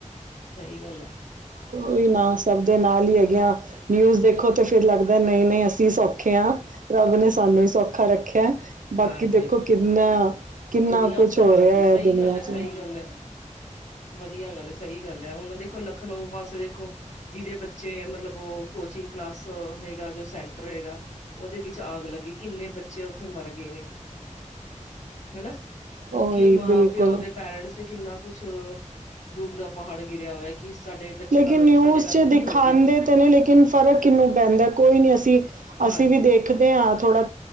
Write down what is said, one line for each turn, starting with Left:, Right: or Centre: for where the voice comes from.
Left: ਸਈ ਗੱਲ ਐ।
Right: ਕੋਈ ਨਾ ਸਬ ਦੇ ਨਾਲ ਈ ਹੈਗੇਆਂ। ਨਿਊਜ਼ ਦੇਖੋ ਤੇ ਫਿਰ ਲੱਗਦਾ ਨਈ ਨਈ ਅਸੀ ਸੌਖੇ ਆਂ। ਰੱਬ ਨੇ ਸਾਨੂੰ ਈ ਸੌਖਾ ਰੱਖੇਆ। ਬਾਕੀ
Left: ਹਾਂਜੀ
Right: ਦੇਖੋ ਕਿੰਨਾ ਕਿੰਨਾ
Left: ਦੁਨੀਆਂ
Right: ਕੁਛ
Left: ਤੇ
Right: ਹੋ
Left: ਹਾਂਜੀ।
Right: ਰਿਹਾ ਹੈ
Left: ਸਈ
Right: ਦੁਨੀਆਂ
Left: ਗੱਲ ਐ,
Right: ਚ
Left: ਸਈ ਗੱਲ ਐ। ਵਧੀਆ ਗੱਲ ਐ। ਸਈ ਗੱਲ ਐ। ਹੁਨ ਦੇਖੋ ਲਖਨਊ ਪਾਸੇ ਦੇਖੋ ਜਿਦੇ ਬੱਚੇ ਮਤਲਬ ਓ ਕੋਚਿੰਗ ਕਲਾਸ ਹੈਗਾ ਜੋ ਸੈਂਟਰ ਹੈਗਾ ਓਦੇ ਵਿੱਚ ਆਗ ਲੱਗੀ। ਕਿੰਨੇ ਬੱਚੇ ਓਥੇ ਮਰਗੇ ਨੇ। ਹੈਨਾ।
Right: ਉਹੀ
Left: ਓ ਕੀ ਮਾਂ
Right: ਬਿਲਕੁਲ
Left: ਪੇਓ ਦੇ ਪੈਰੈਂਟਸ ਤੇ ਕਿੰਨਾ ਕੁਛ, ਦੁਖ ਦਾ ਪਹਾੜ ਗਿਰਿਆ ਹੋਏਆ ਕਿ ਸਾਡੇ ਬੱਚੇ
Right: ਲੇਕਿਨ
Left: ਨਾਲ
Right: ਨਿਊਜ਼
Left: ਸਾਡੇ ਨਾਲ
Right: ਚ
Left: ਕੀ
Right: ਦਿਖਾਂਦੇ
Left: ਹੋ ਗਿਆ
Right: ਤੇ ਨੇ ਲੇਕਿਨ ਫਰਕ ਕਿੰਨੂੰ ਪੈਂਦੈ? ਕੋਈ ਨੀ ਅਸੀ
Left: ਹਾਂਜੀ
Right: ਅਸੀ ਵੀ ਦੇਖਦੇ ਆਂ ਥੋੜਾ।